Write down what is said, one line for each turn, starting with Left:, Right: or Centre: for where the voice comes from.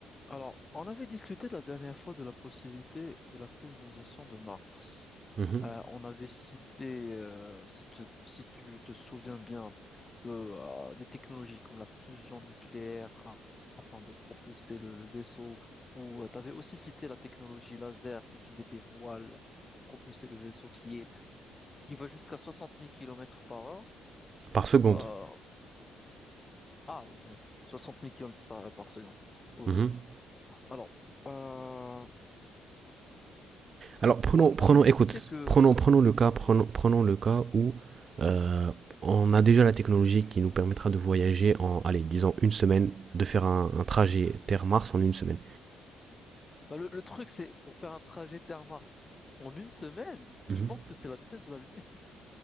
Left: Alors, on avait discuté de la dernière fois de la possibilité de la colonisation de Mars.
Right: Mhm.
Left: Euh, on avait cité, euh, si te- si tu te souviens bien, de, euh, des technologies comme la fusion nucléaire a- afin de propulser le, le vaisseau, ou tu avais aussi cité la technologie laser qui utilisait des voiles pour propulser le vaisseau qui est, qui va jusqu'à 60 000 km par heure. Du
Right: Par
Left: coup,
Right: seconde.
Left: euh, ah oui, euh, 60 000 km par, par seconde. Oui,
Right: Mhm.
Left: oui. Alors, euh,
Right: Alors prenons,
Left: On
Right: prenons,
Left: on avait
Right: écoute,
Left: cité que,
Right: prenons, prenons le cas,
Left: dis-moi
Right: prenons,
Left: bien.
Right: prenons le cas où euh, on a déjà la technologie qui nous permettra de voyager en, allez, disons une semaine, de faire un, un trajet Terre-Mars en une semaine.
Left: Bah, le, le truc, c'est pour faire un trajet Terre-Mars en une semaine, c'est-
Right: Mhm.
Left: je pense que c'est la vitesse de la lumière.